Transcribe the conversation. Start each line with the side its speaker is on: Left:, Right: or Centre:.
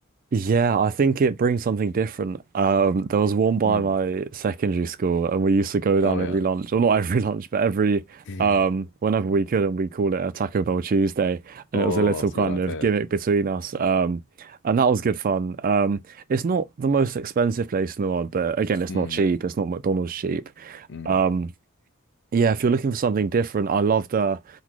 Right: Yeah, I think it brings something different. Um, there was one by
Left: Mm.
Right: my secondary school, and we used to go down
Left: Oh
Right: every
Left: yeah.
Right: lunch, or not every <laughs> lunch, but every um,
Left: <laughs>
Right: whenever we could, and we call it a Taco Bell Tuesday, and
Left: Oh,
Right: it was a little
Left: that's
Right: kind
Left: a good idea.
Right: of gimmick between us, um, and that was good fun. Um, it's not the most expensive place in the world, but again, it's
Left: Hum,
Right: not cheap. It's not McDonald's cheap.
Left: mm,
Right: Um, yeah, if you're looking for something different, I love the